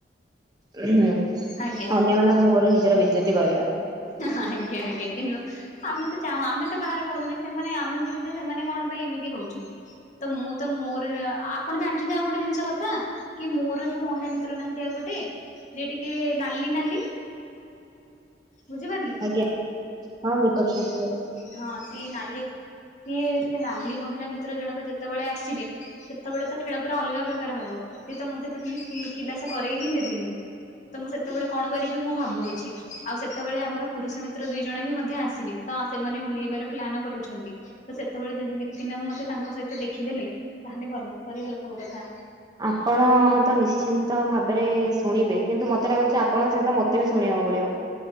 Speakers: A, on the right (about 20°); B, on the left (about 40°).
A: ହୁଁ
B: ଆଜ୍ଞା।
A: ଅନ୍ୟମାନଙ୍କ ମୁହଁରେ ନିଜର ବେଜତି କରେଇବା।
B: ଆଜ୍ଞା ଆଞା କିନ୍ତୁ ଆମେ ତ ଚାହୁଁ ଆମେ ତ କାହାର କରୁନ ସେମାନେ ଆମେ ବୁଲୁଚେ ସେମାନେ କଣ ପାଇଁ ଏମିତି ହୋଉଛନ୍ତି। ତ ମୁଁ ତ ମୋର ଆପଣ ଜାଣିଚନ୍ତି ଆଉ ଗୋଟେ ଜିନିଷ କଥା କି ମୋର ଯୋଉ ମହିଳା ମିତ୍ର ନାହାନ୍ତି। ଆଉ ଗୋଟେ ଯିଏ ଟିକେ ନାଲି ନାଲି ବୁଝିପାରିଲି।
A: ଆଜ୍ଞା ହଁ ବୁଝି ପାରୁଚି ଏଥର।
B: ହଁ ସିଏ ନାଲି ସିଏ ସେ ନାଲି ମହିଳା ମିତ୍ର ଜଣକ ଯେତେବେଳେ ଆସିବେ। ସେତେବେଳେ ତ ଖେଳ ପୁରା ଅଲଗା ପ୍ରକାର ହବ। ସିଏ ତ ମତେ ଟୋଟାଲି କି-କିିଲାସ କରେଇ ହିଁ ଦେବେନି। ତ ମୁଁ ସେତେବେଳେ କଣ କରିବି। ମୁଁ ଭାବୁଅଛି ଆଉ ସେତେବେଳେ ଆମର ପୁରୁଷ ମିତ୍ର ଦୁଇ ଜଣ ବି ମଧ୍ୟ ଆସିବେ। ତ ସେମାନେ ବୁଲିବାର ପ୍ଲାନ କରୁଛନ୍ତି। ତ ସେତେବେଳେ ଯଦି ଦିଇ ତିନି ଜଣ ମତେ ତାଙ୍କ ସହିତ ଦେଖିଦେଲେ। ତାହେଲେ ଗଲା ସରିଗଲା ସବୁ କଥା।
A: ଆପଣ ତ ନିଶ୍ଚିନ୍ତ ଭାବରେ ଶୁଣିବେ। କିନ୍ତୁ ମତେ ଲାଗୁଚି ଆପଣଙ୍କ ସହିତ ମ ତେ ବି ଶୁଣିବାକୁ ପଡିବ।